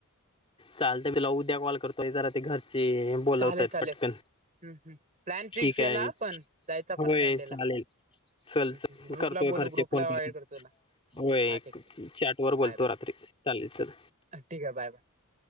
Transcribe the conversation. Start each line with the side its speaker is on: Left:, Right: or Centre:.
Left: चाल तर बिला उद्या कॉल करतोय जरा ते घरची बोलवतय
Right: चालेल चालेल
Left: पटकन
Right: हम्म हम्म प्लॅन फिक्स
Left: ठीक
Right: केला
Left: आहे
Right: आपण जायचा
Left: होय
Right: पण संडेला
Left: चालेल चल
Right: हम्म
Left: च
Right: हम्म. ग्रुपला
Left: करतोय
Right: बोलू
Left: घरचे
Right: ग्रुपला
Left: फोन करतो
Right: ऍड तुला
Left: होय
Right: हा
Left: एक
Right: ठीक आहे ठीक
Left: चॅट
Right: आहे
Left: वर
Right: बाय
Left: बोलतो रात्री चालेल चल
Right: बाय ठीक आहे बाय बाय